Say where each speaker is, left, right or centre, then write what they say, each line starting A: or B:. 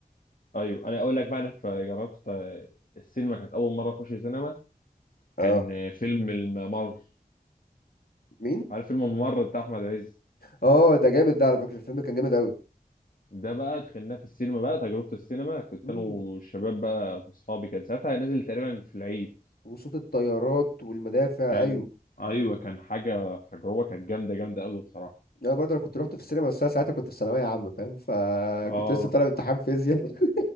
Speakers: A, on the left; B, on the left.
A: ايوه انا اقول لك بقى انا جربت السينما كانت اول مره اخش سينما
B: اه
A: كان فيلم الممر
B: مين
A: عارف فيلم الممر بتاع احمد عز
B: اه ده جامد ده على فكره الفيلم كان جامد قوي
A: ده بقى دخلناه في السينما بقى تجربة السينما كنت
B: امم
A: انا والشباب بقى في اصحابي كان ساعتها نزل تقريبا في العيد
B: وصوت الطيارات والمدافع
A: كان
B: ايوه
A: ايوه كان حاجة تجربة كانت جامدة جامدة قوي بصراحة
B: انا برضه انا كنت رحت في السينما بس انا ساعتها كنت في ثانويه عامه فاهم فكنت
A: اه
B: لسه طالب امتحان فيزياء <laughs>